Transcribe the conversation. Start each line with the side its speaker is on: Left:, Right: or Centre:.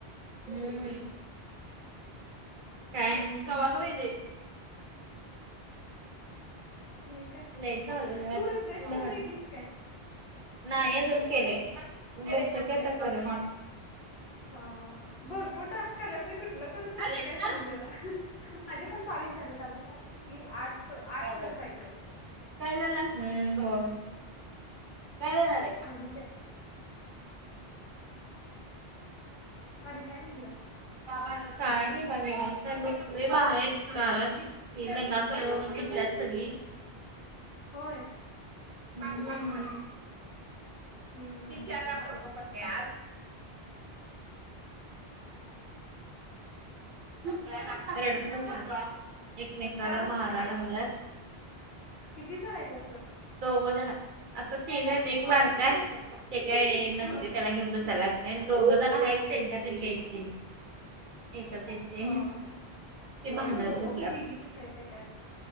Right: हम्म काय नाही कवागय
Left: आणि काय
Right: लाइट घालवल्यात
Left: तू रिफ्रेश करून बघितलीस काय
Right: नाही अजून केले आता करू
Left: हा भरपूर टास्क आलात मी कुठलं करू
Right: होय
Left: कुठलं काय समजे ना माझे पण बावीस झालेत अजून मला किती आठ आठ
Right: ह
Left: पाहिज
Right: काय झालं ह् हो कायणार
Left: आणि काय आणि काय म्हणलं
Right: काय नाही बा निवांत आहे बसले बाहेर दारात ही एक दंगा करत बसल्यात सगळी
Left: होय
Right: हम्म.
Left: हम्म
Right: तीन
Left: हम्म
Right: चार वेळा
Left: चांगलं
Right: पडतो
Left: आहे
Right: पण <inaudible> रडत
Left: आणि
Right: बसल्यात
Left: काय
Right: एकमेकाला
Left: काम
Right: माराय
Left: काकी
Right: लागल्यात
Left: किती जण आहे तसं
Right: दौघं ज असं तिघ का येत एक बारक काय ते काय नसते
Left: हा
Right: त्याला घेऊन बसायला लागत आणि दोघं जण आहेतच त्यांच्या त्यांच्याची एककाचचे
Left: हा
Right: ते
Left: हा
Right: भांडण
Left: दोघं
Right: बसल्यात
Left: पण दिदीचीच आहेत काय काय